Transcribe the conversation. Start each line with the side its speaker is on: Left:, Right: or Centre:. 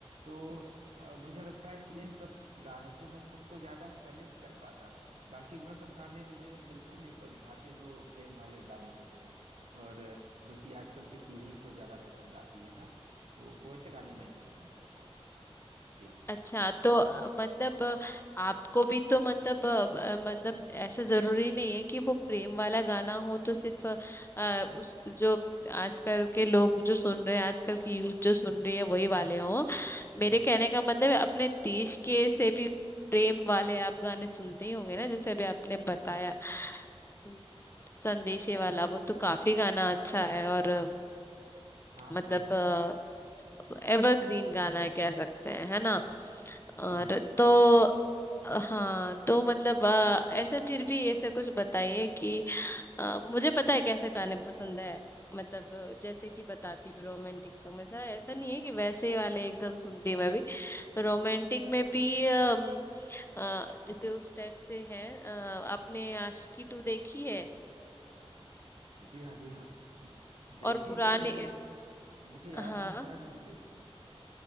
Right: तो अ, मुझे लगता है कि इन सब गानों से मैं खुद को ज्यादा कनेक्ट कर पाता हूँ। बाकी वह सब गाने मुझे बिल्कुल नहीं भाते जो प्रेम वाले गाने होते हैं और जो कि आजकल की पीढ़ी को ज्यादा पसंद आती है ना तो वैसे गाने मैं नहीं पसंद करता जी
Left: अच्छा तो अ, मतलब अ, आपको भी तो मतलब अ, अ, मतलब ऐसा जरूरी नहीं है कि वो प्रेम वाला गाना हो तो सिर्फ अ, अ, उस जो आजकल के लोग जो सुन रहे हैं आजकल की यूथ जो सुन रही है वही वाले हो
Right: हम्म
Left: मेरे कहने का मतलब है, अपने देश के से भी प्रेम वाले आप गाने सुनते ही होंगे ना जैसे अभी आपने बताया हम्म, संदेशे वाला वो तो काफी गाना अच्छा है और अ,
Right: हाँ
Left: मतलब
Right: हाँ हाँ,
Left: एवरग्रीन गाना है कह सकते हैं है ना
Right: जी
Left: और
Right: हाँ
Left: तो हाँ तो मतलब अ, ऐसे फिर भी ऐसे कुछ बताइए कि अ, मुझे पता है कैसे गाने पसंद है मतलब अ, जैसे कि बताती हूँ रोमांटिक सॉन्ग ऐसा ऐसा नहीं है कि वैसे ही वाले एकदम सुनती हूँ मैं भी रोमांटिक में भी अम, अ, जैसे उस टाइप से है अ, आपने आशिकी टू देखी है
Right: जी हाँ जी हाँ देखी
Left: और पुराने
Right: है मुझे मुझे याद
Left: हाँ
Right: नहीं शायद मैंने देखी है